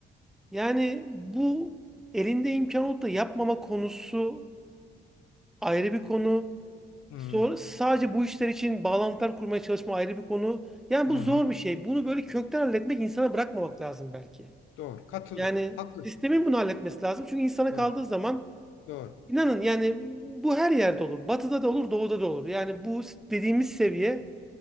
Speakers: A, in the centre; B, on the left.
A: Yani bu elinde imkan olup da yapmama konusu ayrı bir konu.
B: Hı hı.
A: Sonra sadece bu işler için bağlantılar kurmaya çalışma ayrı bir konu. Yani
B: Hı
A: bu zor bir şey. Bunu böyle kökten halletmek insana bırakmamak lazım belki.
B: Doğru. Katılıyorum.
A: Yani
B: Haklı.
A: sistemin bunu halletmesi lazım. Çünkü insana
B: Doğru.
A: kaldığı zaman
B: Doğru.
A: İnanın yani bu her yerde olur. Batıda da olur, doğuda da olur. Yani bu dediğimiz seviye